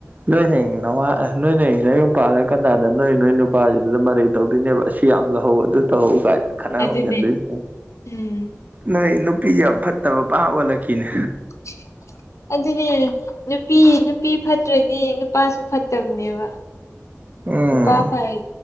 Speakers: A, on the right; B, on the left.
A: ꯅꯣꯏ ꯍꯌꯦꯡ ꯅꯋꯥ ꯑꯥ ꯅꯣꯏ ꯍꯌꯦꯡ ꯅꯌꯨꯝ ꯄꯥꯜꯂꯀꯥꯟꯗꯥꯗ ꯅꯣꯏ ꯅꯣꯏ ꯅꯨꯄꯥꯖꯤꯗꯨꯗ ꯃꯔꯩ ꯇꯧꯗꯣꯏꯅꯦꯕ ꯁꯤ ꯌꯥꯝ ꯂꯧꯍꯧ ꯑꯗꯨ ꯇꯧ ꯀꯥꯏꯅ ꯈꯠꯅꯍꯧꯖꯤꯟꯗꯣꯏꯅꯦ
B: ꯑꯗꯨꯅꯦ ꯎꯝ
A: ꯅꯣꯏ ꯅꯨꯄꯤ ꯌꯥꯝ ꯐꯠꯇꯕ ꯄꯥꯋꯥꯂꯛ ꯀꯤꯅꯦ
B: <inaudible> ꯑꯗꯨꯅꯦ ꯅꯨꯄꯤ ꯅꯨꯄꯤ ꯐꯠꯇ꯭ꯔꯗꯤ ꯅꯨꯄꯥꯁꯨ ꯐꯠꯇꯕꯅꯦꯕ
A: ꯎꯝ
B: ꯅꯨꯄꯥ ꯐꯔ